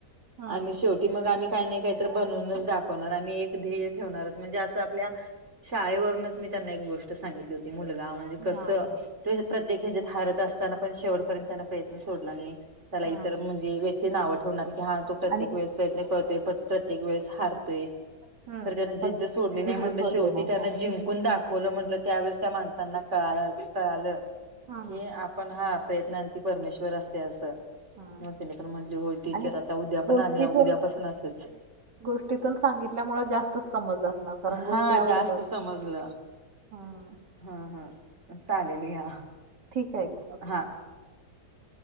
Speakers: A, on the right; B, on the right.
A: हा
B: आणि शेवटी ते मग आम्ही काही नाही काहीतर बनूनच दाखवणार आम्ही एक ध्येय ठेवणारच म्हणजे असं आपल्या शाळेवरूनच मी त्यांना एक गोष्ट सांगितली होती मुलगा म्हणजे कसं
A: हा हा
B: प्रत्येक ह्याच्यात हारत असताना पण शेवटपर्यंत त्यांना प्रयत्न सोडला नाही त्याला इतर
A: हा
B: म्हणजे व्यक्ती ते नावं ठेवणार की हा तो प्रत्येक
A: आणि
B: वेळेस प्रयत्न करतोय प्रत्येक वेळेस हारतोय
A: हम्म
B: खर त्याना जिद्द
A: पण
B: सोडली नाही
A: जिद्द
B: म्हटलं
A: सोडली
B: शेवटी
A: नाही
B: त्यांना
A: हा
B: जिंक ून दाखवलं म्हंटलं त्यावेळेस त्या माणसांना क कळालं
A: हा
B: की पण हा प्रयत्न ती परमेश्वर असते असं
A: हा
B: म त्यानी पण म्हंली हो टीचर
A: आणि
B: आता उद्या
A: गोष्टीतून
B: पण आम्ही उद्यापासून असच
A: गोष्टीतून सांगितल्यामुळे जास्त समज असणार कारण गोष्टी
B: हा
A: आवडतात
B: जास्त समजलं
A: हां
B: हा हा चालेल घ्या
A: ठीक आहे ओके
B: हा